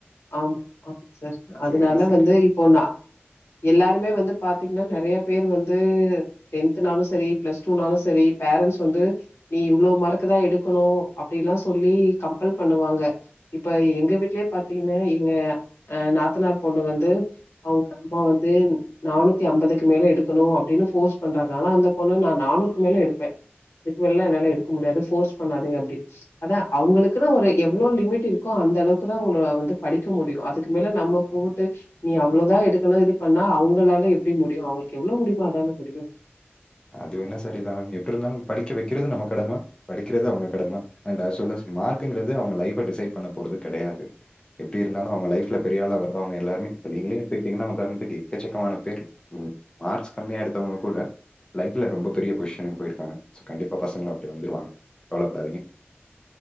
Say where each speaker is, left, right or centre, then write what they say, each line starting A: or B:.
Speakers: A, on the left; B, on the left.
A: ஆம் ஆமா சார் அதனால
B: சரி, சரி.
A: வந்து இப்போ நா எல்லாருமே வந்து பா த்தீங்கன்னா நறைய பேர் வந்து டென்த்னாலும் செரி ப்ளஸ்டூனாலும் செரி பேரன்ட்ஸ் வந்து நீ இவ்ளோ மார்க்தா எடுக்கணு அப்டியெல்லா சொல்லி கம்பல் பண்ணுவாங்க இப்ப எங்க வீட்லயே பாத்தீங்கன்னா எங்க அ நாத்தனார் பொண்ணு வந்து அவுங்க அம்மா வந்து நானூத்தி அம்பதுக்கு மேல எடுக்கணும் அப்டின்னு போர்ஸ் பண்றாங்க ஆனா அந்த பொண்ணு நா நானூறுக்கு மேல எடுப்பேன் அதுக்கு மேலல்லா என்னால எடுக்க முடியாது ஃபோர்ஸ் பண்ணாதிங்க அப்டி அதான் அவுங்களுக்குன்னு ஒரு எவ்ளோ லிமிட் இருக்கோ அந்த அளவுக்குதான் உங்க வந்து படிக்க முடியும் அதுக்கு மேல நம்ம போட்டு நீ அவ்லோதா எடுக்கணும் இது பண்ணா அவுங்களால எப்டி முடியும் அவுங்களுக்கு எவ்ளோ முடியுமோ அதான முடியும்
B: அது வேணா சரி தா மேம் எப்டி இருந்தாலும் படிக்க வெக்கிறது நம்ம கடம படிக்கிறது அவங்க கடம அண்ட் ஆஸ் வெல் ஆஸ் மார்க்குங்றது அவங்க லைஃப் அ டிசெட் பண்ண போறது கிடையாது எப்டி இருந்தாலும் அவங்க லைஃப்ல பெரியாலா வரவங்க எல்லாருமே இப்ப நீங்களே இப்டி இருக்கீங்கனா உதாரணத்துக்கு எக்கச்சக்கமான பேர் ம் மார்க்ஸ் கம்மியா எடுத்தவங்க கூட லைஃப்ல ரொம்ப பெரிய பொசிஷனுக்கு போயிருக்காங்க சோ கண்டிப்பா பசங்கல அப்டி வந்துருவாங்க கவளப்படாதீங்க